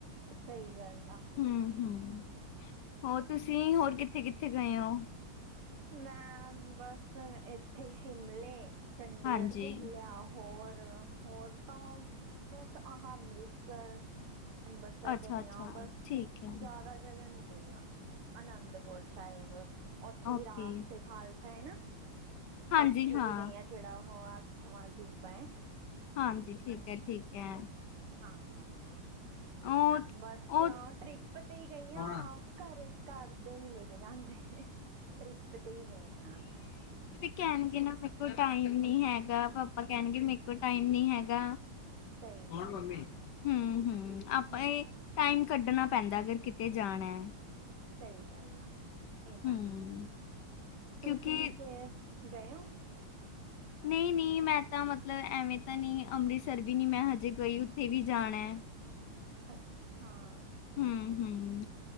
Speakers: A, on the right; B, on the left.
A: ਸ‌ਈ ਗੱਲ ਆ।
B: ਹੂੰ- ਹੂੰ ਹੋਰ ਤੁਸੀਂ ਹੋਰ ਕਿੱਥੇ-ਕਿੱਥੇ ਗਏ ਓਂ।
A: ਮੈਂ ਬਸ ਏਥੇ ਈ ਸ਼ਿਮਲੇ, ਚੰਡੀਗੜ੍ਹ
B: ਹਾਂਜੀ,
A: ਘੁੰਮ ਲਿਆ ਓ ਹੋਰ-ਹੋਰ ਤਾਂ ਬਸ ਆਹ ਅੰਮ੍ਰਿਤਸਰ ਅੰਬਰਸਰ
B: ਅੱਛਾ-ਅੱਛਾ,
A: ਗਈ ਆਂ ਬਸ,
B: ਠੀਕ ਹੈ,
A: ਜਾਦਾ ਜਗ੍ਹਾ ਨੀ ਗਈ ਆਂ। ਅਨੰਦਪੁਰ ਸਾਇਬ, ਓਥੇ
B: ਓਕੇ,
A: ਵਿਰਾਸਤ ਏ ਖਾਲਸਾ ਐ ਨਾ।
B: ਹਾਂਜੀ
A: ਓਥੇ
B: ਹਾਂ,
A: ਵੀ ਗਈ ਆਂ ਜੇੜਾ ਓਹ ਅੱਠਵਾਂ ਅਜੂਬਾ ਐ।
B: ਹਾਂਜੀ ਠੀਕ ਐ-ਠੀਕ ਐ।
A: ਹਾਂ,
B: ਉਹ
A: ਬਸ
B: ਉਹ
A: ਟ੍ਰਿਪ ਤੇ ਈ ਗਈ
B: ਕੌਣ?
A: ਆਂ। ਘਰੇ ਘਰਦੇ ਨੀ ਲੇ ਕੇ ਜਾਂਦੇ, ਟ੍ਰਿਪ ਤੇ ਈ ਗਈ ਆਂ।
B: ਕੈਂਨਗੇ ਨਾ ਏਨਾ ਸਬ ਕੋ ਟਾਈਮ ਨੀ ਹੈਗਾ ਪਾਪਾ ਕੈਨਗੇ ਮੇਰੇ ਕੋਲ ਟਾਈਮ ਨੀ ਹੈਗਾ।
A: ਸਹੀ
B: ਹੁਨ
A: ਗੱਲ
B: ਮੰਮੀ
A: ਆ
B: ਹੂੰ-ਹੂੰ ਆਪੇ
A: ਹੂੰ ਹੂੰ
B: ਟਾਈਮ ਕੱਢਨਾ ਪੈਂਦਾ ਅਗਰ ਕਿਤੇ- ਤੇ ਜਾਣੈ।
A: ਸਈ ਗੱਲ ਆ, ਏ
B: ਹੂੰ
A: ਤਾਂ ਹੈ,
B: ਕਿਉਂਕਿ
A: ਤੁਸੀਂ ਫੇਰ ਗਏ ਓ?
B: ਨਈ-ਨਈ, ਮੈਂ ਤਾਂ ਮਤਲਬ ਐਵੇਂ ਤਾਂ ਨਈਂ ਅੰਮ੍ਰਿਤਸਰ ਵੀ ਨੀ 'ਮੈਂ ਹਜੇ ਗਈ, ਓਥੇ ਵੀ ਜਾਣੈ।
A: ਅੱਛਆਂ।
B: ਹੂੰ, ਹੂੰ